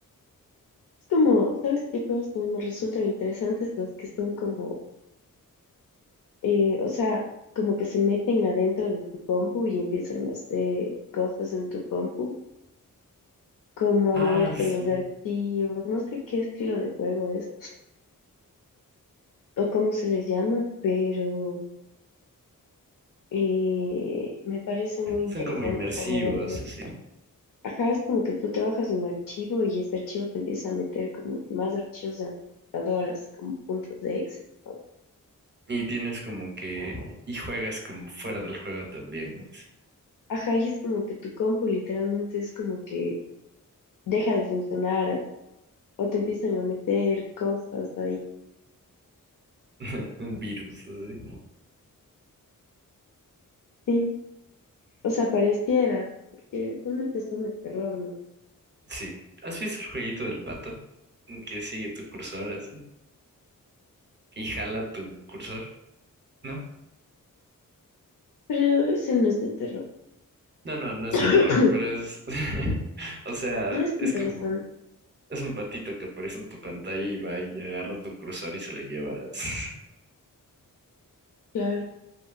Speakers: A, on the left; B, on the right.
A: Es como, ¿sabes qué juegos también me resultan interesantes? Los que son como, eh, o sea, como que se meten adentro de tu compu y empiezan a hacer cosas en tu compu. como a
B: Ah,
A: moverte
B: sí.
A: los archivos, no sé qué estilo de juego es o cómo se les llama, pero eh, me parece muy interesante
B: Son como inmersivos,
A: esa modalidad.
B: así.
A: Ajá, es como que tú te bajas un archivo y ese archivo te empieza a meter como que más archivos de computadora, así como puntos de Excel. ¿no?
B: Y tienes como que... Y juegas como fuera del juego también. así.
A: Ajá, y es como que tu compu literalmente es como que deja de funcionar as- o te empiezan a meter cosas ahí.
B: <laughs> Un Virus, así.
A: Sí, o sea, parecieras, porque usualmente son de terror, ¿no?
B: Sí. ¿Has visto el jueguito del pato? Que sigue tu cursor así. Y jala tu cursor, no
A: Pero ese no es de terror.
B: No, no, no es
A: <coughs>
B: de terror, pero es, <laughs> o sea,
A: <clears throat> No es
B: es
A: interesante,
B: como, es un patito que aparece en tu pantalla y va y agarra tu cursor y se lo lleva. <laughs>
A: claro.